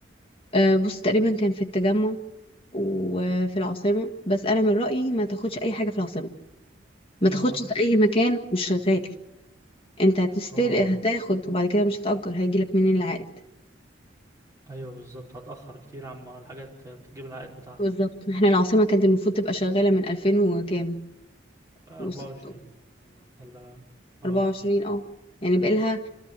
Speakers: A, on the left; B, on the right.
A: آه، بص تقريبا كان في التجمع وفي العاصمة بس أنا من رأيي ما تاخدش أي حاجة في العاصمة ما
B: ليه
A: تاخدش
B: بقى
A: في أي مكان مش شغال انت هتستل
B: اه
A: هتاخد وبعد كده مش هتأجر هيجيلك منين العائد
B: ايوه بالظبط هتأخر كتير عما الحاجات تجيب العائد بتاعها
A: بالظبط احنا العاصمة كانت المفروض تبقى شغالة من 2000 وكام
B: أربعة
A: و24
B: وعشرين ولا اه
A: 24 اه يعني بقالها